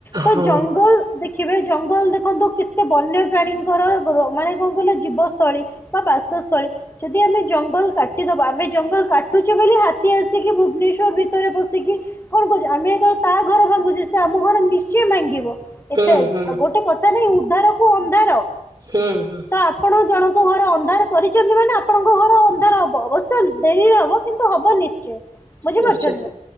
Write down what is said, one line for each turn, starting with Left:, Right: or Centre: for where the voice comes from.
Left: ତ
Right: ହଁ
Left: ଜଙ୍ଗଲ ଦେଖିବେ ଜଙ୍ଗଲ ଦେଖନ୍ତୁ କେତେ ବନ୍ୟପ୍ରାଣୀଙ୍କର ମାନେ କଣ କହିଲ ଜୀବ ବା ବାସସ୍ଥଳୀ। ଯଦି ଆମେ ଜଙ୍ଗଲ କାଟିଦବା ଆମେ ଜଙ୍ଗଲ କାଟୁଛେ ବୋଲି ହାତୀ ଆସିକି ଭୁବନେଶ୍ଵର ଭିତରେ ପଶିକି। କଣ କହୁଚ ଆମେ ଯେତେବେଳେ ତା ଘର ଭାଙ୍ଗୁଛେ ସେ ଆମ ଘର ନିଶ୍ଚୟ ଭାଙ୍ଗିବ।
Right: ହୁଁ
Left: ଏତେ
Right: ହୁଁ
Left: ଗୋଟେ କଥା ନାଇଁ ଉଦ୍ଧାର କୁ ଅନ୍ଧାର।
Right: ହୁଁ ହୁଁ।
Left: ତ ଆପଣ ଜଣ ଅନ୍ଧାର କରିଛନ୍ତି ମାନେ ଆପଣଙ୍କ ଘର ଅନ୍ଧାର ହବ ଅବଶ୍ୟ ଡେରିରେ ହବ କିନ୍ତୁ ହବ ନିଶ ବଝିପାରୁଛନ୍ତି
Right: ନିଶ୍ଚିତ
Left: ନା